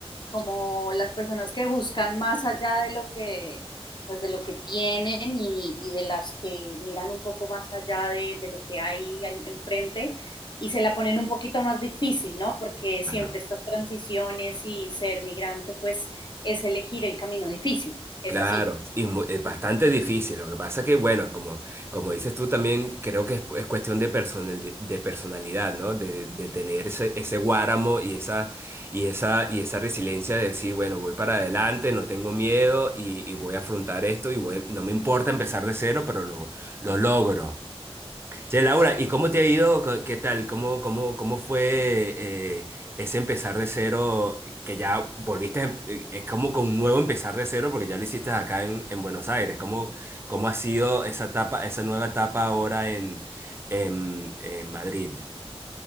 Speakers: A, on the left (about 45°); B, on the right (about 25°).
A: como las personas que buscan más allá de lo que pues de lo que tienen y, y de las que miran un poco más allá de, de lo que hay al- enfrente y se la ponen un poquito más difícil, ¿no? Porque siempre
B: Claro.
A: estas transiciones y ser migrante pues es elegir el camino difícil, es
B: Claro,
A: así.
B: y mu- es bastante difícil. Lo que pasa que, bueno, como, como dices tú también, creo que es, es cuestión de, personali- de personalidad, ¿no? De, de tener ese, ese guáramo y esa, y esa, y esa resiliencia de decir, bueno, voy para adelante, no tengo miedo y, y voy a afrontar esto y voy- no me importa empezar de cero, pero lo, lo logro. Che, Laura,
A: sí.
B: ¿y cómo te ha ido? Co- ¿Qué tal? ¿Cómo, cómo, cómo fue eh, ese empezar de cero? Que ya volviste, a em- eh, es como con un nuevo empezar de cero porque ya lo hiciste acá en, en Buenos Aires. ¿Cómo, cómo ha sido esa etapa, esa nueva etapa ahora en, en, en Madrid?